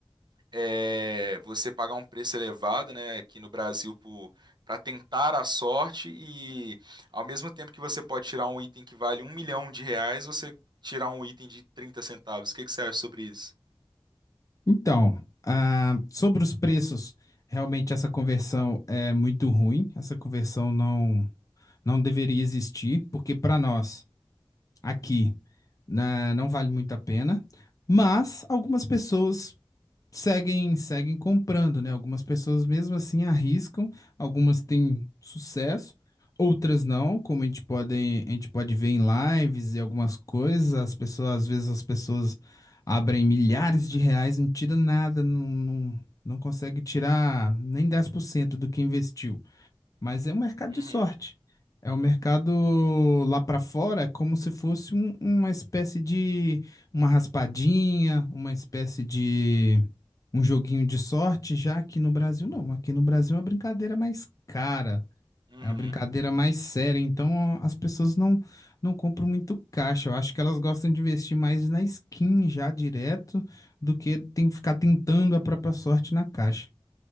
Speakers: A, on the right; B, on the left.
A: é, você pagar um preço elevado, né, aqui no Brasil para tentar a sorte e ao mesmo tempo que você pode tirar um item que vale um milhão de reais, você tirar um item de 30 centavos. O que que você acha sobre isso?
B: Então, ah, sobre os preços, realmente essa conversão é muito ruim. Essa conversão não não deveria existir, porque para nós aqui né, não vale muito a pena. Mas algumas pessoas seguem seguem comprando, né? Algumas pessoas mesmo assim arriscam, algumas têm sucesso, outras não, como a gente pode, a gente pode ver em lives e algumas coisas, as pessoas, às vezes as pessoas abrem milhares de reais, não tira nada, não, não, não consegue tirar nem 10% do que investiu. Mas é um mercado
A: Uhum,
B: de sorte. É um mercado lá para fora, é como se fosse um- uma espécie de uma raspadinha, uma espécie de um joguinho de sorte. Já aqui no Brasil, não. Aqui no Brasil é uma brincadeira mais cara,
A: uhum.
B: é uma brincadeira mais séria. Então as pessoas não, não compram muito caixa. Eu acho que elas gostam de investir mais na skin já direto do que tem que ficar tentando a própria sorte na caixa.